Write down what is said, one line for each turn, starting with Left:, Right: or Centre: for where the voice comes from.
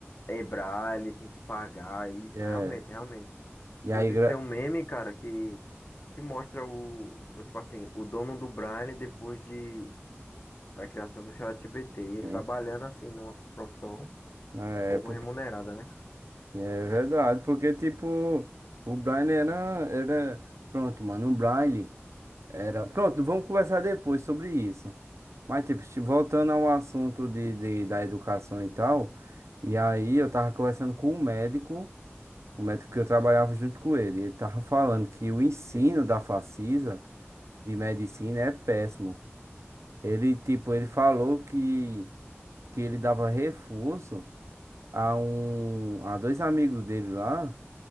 Left: Ebrar, ele tem que pagar, isso
Right: É.
Left: realmente, realmente.
Right: E
Left: Inclusive
Right: aí, gra...
Left: tem um meme, cara, que, que mostra o, o, tipo assim, o dono do Braille depois de, da criação do ChatGPT, e ele
Right: Sim,
Left: trabalhando assim numa profissão
Right: na
Left: pouco
Right: época.
Left: remunerada, né?
Right: É verdade, porque, tipo, o Braille era, era. Pronto, mano, o Braille era. Pronto, vamos conversar depois sobre isso. Mas, tipo, se- voltando ao assunto de, de, da educação e tal. E aí, eu tava conversando com um médico, o médico que eu trabalhava junto com ele. Ele tava falando que o ensino
Left: Sim,
Right: da Facisa. de medicina é péssimo. Ele, tipo, ele falou que, que ele dava reforço a um, a dois amigos dele lá,